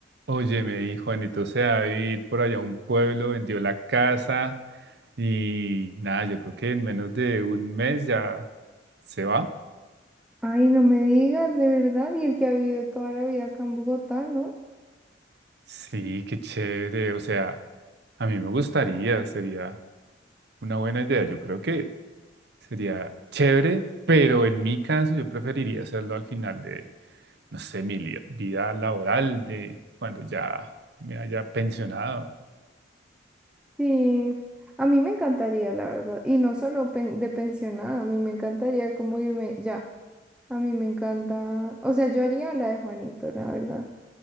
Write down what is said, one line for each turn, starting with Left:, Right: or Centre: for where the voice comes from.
Right: Oye, me dijo Juanito se va a vivir por allá a un pueblo, vendió la casa y nada, yo creo que en menos de un mes ya se va.
Centre: Ay, no me digas, de verdad, y el que ha vivido toda la vida acá en Bogotá, ¿no?
Right: Sí, qué chévere. O sea, a mí me gustaría, sería una buena idea. Yo creo que sería chévere, pero en mi caso yo preferiría hacerlo al final de, no sé, mi li- vida laboral, de cuando ya me haya pensionado.
Centre: Sí, a mí me encantaría, la verdad, y no solo pen- de pensionada, a mí me encantaría como irme ya, a mí me encanta, o sea, yo haría la de Juanito, la verdad,